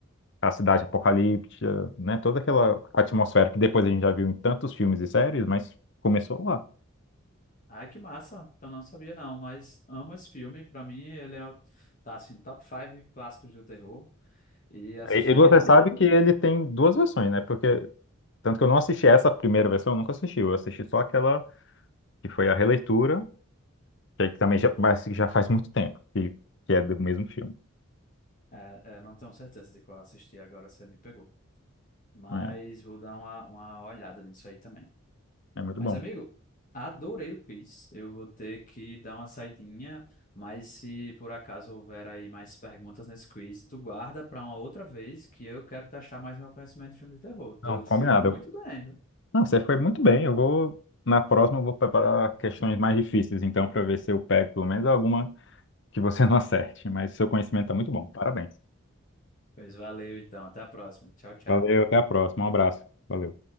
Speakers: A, on the left; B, on the left.
A: a cidade apocalíptica, né? Toda aquela atmosfera que depois a gente já viu em tantos filmes e séries, mas começou lá.
B: Ai, que massa. Então não sabia não, mas amo esse filme. Pra mim ele é o, tá assim, top 5 clássicos do terror e assistiria
A: E, e você
B: de
A: sabe
B: novo.
A: que ele tem duas versões, né? Porque tanto que eu não assisti essa primeira versão, eu nunca assisti, eu assisti só aquela que foi a releitura, que aí também já, mas que já faz muito tempo, que, que é do mesmo filme.
B: É, é, não tenho certeza de qual assisti agora, você me pegou. Mas
A: É,
B: vou dar uma, uma olhada nisso aí também.
A: é muito
B: Mas
A: bom.
B: amigo, adorei o quiz. Eu vou ter que dar uma saidinha, mas se por acaso houver aí mais perguntas nesse quiz, tu guarda para uma outra vez que eu quero testar mais meu conhecimento de filme de terror.
A: Não,
B: Eu
A: combinado.
B: fui muito
A: Eu-
B: bem, viu?
A: Não, você foi muito bem. Eu vou, na próxima, eu vou preparar questões mais difíceis, então, para ver se eu pego pelo menos alguma que você <laughs> não acerte. Mas seu conhecimento está muito bom. Parabéns.
B: Pois valeu, então. Até a próxima. Tchau, tchau.
A: Valeu, até a próxima. Um abraço. Valeu.